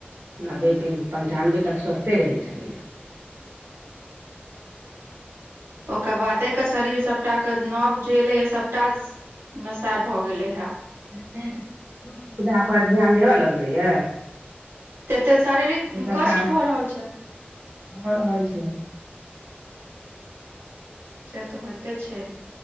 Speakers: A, on the right; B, on the right.
A: नब्बे पंचानबे तक स्वस्थे रहै छलैयै
B: ओकर बादे के शरीर सबटा के नब जे एले हे सभटा ह सैह भऽ गेले हे
A: सुविधा पर ध्यान देबऽ लगलैय
B: तते शारीरिक
A: सभटा
B: कष्ट भऽ रहल छै
A: भऽ रहल छै
B: से तऽ होइते छै